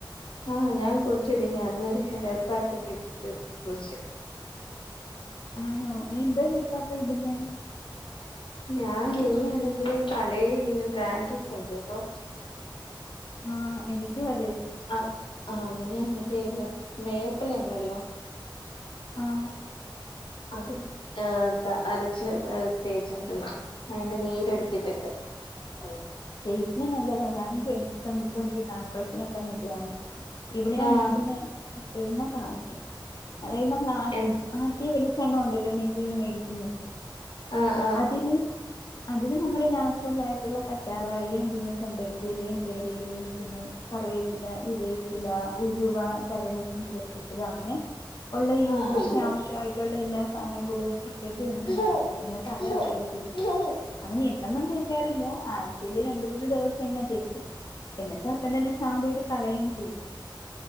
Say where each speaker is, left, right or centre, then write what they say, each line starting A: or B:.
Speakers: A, on the left; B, on the left.
A: ആഹ് ഞാൻ കുളിച്ചടി ഞാനിന്നൊരു ഹെയർ പാക്ക് ഒക്കെ ഇട്ടിട്ട് കുളിച്ചു
B: ആണോ നീ എന്താ ഹെയർപ്പാക്ക ഇടുന്നെ
A: ഞാൻ ഇടുന്നാണങ്കില് തലയില് ഇങ്ങനെ ഡാൻട്രഫ് ഉണ്ട് കേട്ടോ
B: ആഹ് എനിക്കും അതെ
A: അ ആഹ് അങ്ങനെ മറ്റേഇല്ല മേപ്പല ഇണ്ടല്ലോ
B: ആഹ്
A: അത് ആഹ് അരച്ച് തേച്ചാരന്ന് അതിന്റെ നീരെടുത്തിട്ടൊക്കെ ആഹ്
B: പേസ്റ്റിന് നല്ലതാ ഞാനും കണ്ടിട്ടുണ്ട് <unintelligible> നൊക്കെ നല്ലതാണ് ഇവിടെയാണെങ്കിൽ
A: ആഹ്
B: പിന്നെ എണ്ണ കാച്ചും അതായത് നമ്മൾ ആ
A: എൻ
B: ആട്ടിയ വെളിച്ചെണ്ണ ഉണ്ടല്ലോ മില്ലീന്ന് മേടിക്കുന്ന
A: ആഹ് ആഹ്
B: അതില് അതില് നമ്മുടെ നാച്ചുറൽ ആയിട്ടുള്ള കറ്റാർവാഴയും പിന്നെ ചെമ്പര ത്തിയിലെയും പേരയിലെയും പിന്നെ കറിവേപ്പില <unintelligible> ചില ഉലുവ തലേ ദിവസം ചേർത്തിട്ടത് അങ്ങനെ ഉള്ള ഈ
A: ആഹ്
B: മുടിക്ക് ആവശ്യമായിട്ടുള്ള എല്ലാ സാധനം കൂടി ഇട്ടിട്ട് എണ്ണ കാച്ചണം
A: ആഹ്
B: എന്നിട്ട് അത്
A: ആ ആ
B: തലയിൽ തേക്ക്
A: <inaudible>
B: അങ്ങനെ എന്നൊന്നും തേക്കാറില്ല ആഴ്ചയില് രണ്ട് മൂന്ന് ദിവസം ഇങ്ങനെ തേക്കും എന്നിട്ട് അപ്പം തന്നെ ഷാമ്പൂ ഇട്ട് കളയും ചെയ്യും